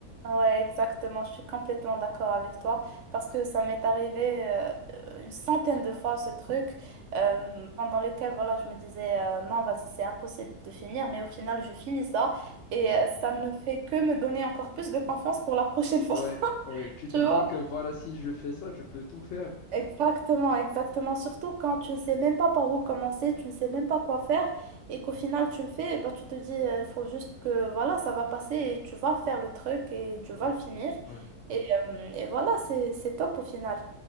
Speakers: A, on the right; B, on the left.
A: Ouais, exactement, je suis complètement d'accord avec toi parce que ça m'est arrivé euh, une centaine de fois ce truc euh,
B: Mhm.
A: pendant lequel voilà, je me disais euh, non, vas-y, c'est impossible de finir, mais au final, je finis ça et
B: D'accord.
A: euh, ça ne fait que me donner encore plus de confiance pour la prochaine fois,
B: Ouais,
A: <laughs>
B: ouais, tu
A: tu
B: te dis
A: vois?
B: que voilà, si je fais ça, je peux tout faire.
A: Exactement, exactement. Surtout quand tu ne sais même pas par où commencer, tu ne sais même pas quoi faire et qu'au final
B: Mhm.
A: tu le fais, bah, tu te dis, il faut juste que voilà, ça va passer et tu vas faire le truc et tu
B: Ouais.
A: vas le finir.
B: Ouais.
A: Et, euh, et voilà, c'est, c'est top au final.